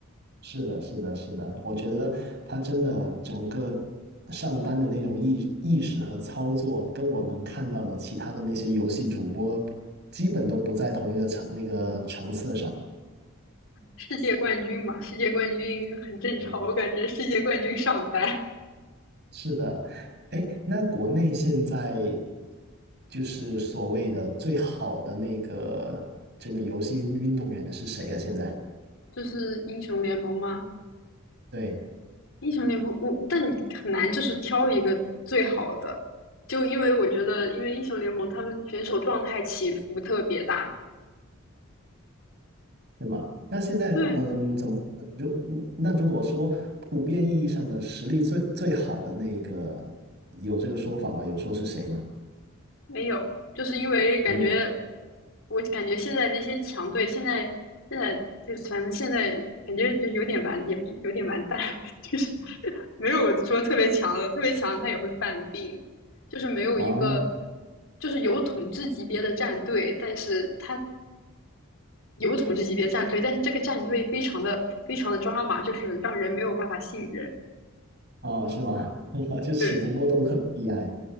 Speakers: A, on the right (about 55°); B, on the left (about 70°).
A: 是的，是的，是的，我觉得他真的整个上单的那种意意识和操作，跟我能看到的其他的那些游戏主播，基本都不在同一个层那个层次上。
B: 世界冠军嘛，世界冠军很正常，
A: 嗯，
B: 我感觉世界冠军上单
A: 是的，哎，那国内现在就是所谓的最好的那个这个游戏运动员是谁啊？现在？
B: 就是英雄联盟吗？
A: 对。
B: 英雄联盟，我但你很难就是挑一个最好的，就因为我觉得，因为英雄联盟他们选手状态起伏特别大。
A: 对吗？那现在，
B: 对，
A: 嗯，怎么说呢？如嗯那如果说普遍意义上的实力最最好的那一个，有这个说法吗？有说是谁吗？
B: 没有，就是因为感觉，
A: 没有。
B: 我感觉现在那些强队，现在现在就反正现在感觉就有点完，也不是有点完蛋，<laughs> 就是没有说特别强的，特别强他也会犯病，就是没有一个
A: 啊
B: 就是有统治级别的战队，但是他有统治级别战队，但是这个战队非常的非常的抓马，就是让人没有办法信任。
A: 哦，是吗？<laughs> 就起伏波动特别厉害。
B: 对